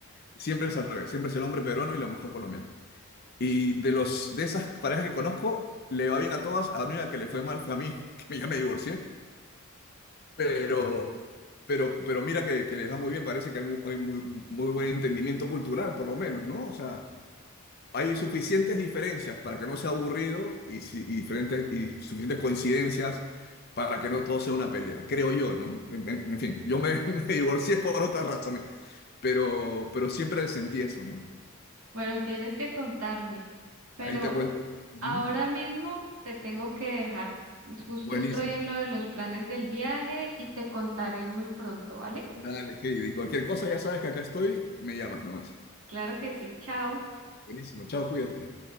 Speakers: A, on the left; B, on the right.
A: siempre es al revés, siempre es el hombre peruano y la mujer colombiana. Y de los de esas parejas que conozco, le va bien a todas. A la única que le fue mal fue a mí, <laughs> que ya me divorcié. Pero, pero, pero mira que, que les va muy bien. Parece que hay mu- hay muy, muy buen entendimiento cultural, por lo menos, ¿no? O sea, hay suficientes diferencias para que no sea aburrido y, si- y diferentes, y suficientes coincidencias para que no todo sea una pelea, creo yo, ¿no? En, en- en fin, yo me, <laughs> me divorcié por otras razones, pero, pero siempre sentí eso, ¿no?
B: bueno, tienes que contarme, pero
A: Ahí te cuento. Ujú.
B: ahora mismo te tengo que dejar. Justo
A: Buenísimo.
B: estoy en lo de los planes del viaje y te contaré muy pronto, ¿vale?
A: Dale, Heidi. Cualquier cosa ya sabes que acá estoy, me llamas nomás.
B: Claro que sí, chao.
A: Buenísimo, chao, cuídate.